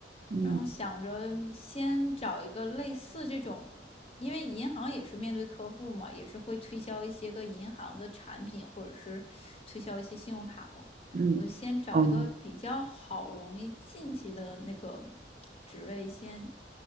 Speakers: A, on the right; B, on the left.
A: 嗯
B: 然后想着先找一个类似这种，因为银行也是面对客户嘛，也是会推销一些个银行的产品，或者是推销一些信用卡嘛。
A: 嗯
B: 我先找一个比较好容易进去的那个
A: 嗯，
B: 职位先